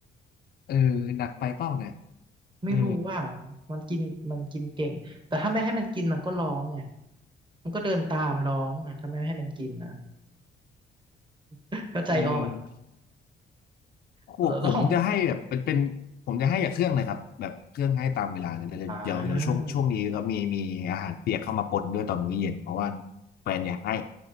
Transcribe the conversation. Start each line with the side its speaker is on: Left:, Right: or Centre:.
Left: เออหนักไปเป้าเนี่ย
Right: ไม่รู้ว่า
Left: เออ
Right: มันกินมันกินเก่งแต่ถ้าไม่ให้มันกินมันก็ร้องไงมันก็เดินตามร้องอ่ะถ้าไม่ให้มันกินนะ <laughs> ก็ใจอ่อน
Left: เออ โหผมจะให้แบบเป็นเป็นผมจะให้กับเครื่องเลยครับแบบเครื่องให้ตามเวลาเลยแต่เดี๋ยวเดี๋ยวช่วงช่วงนี้ก็มีมีอาหารเปียกเข้ามาปนด้วยตอนมื้อเย็นเพราะว่า
Right: เออแล้วของ อ่า
Left: แฟนอยากให้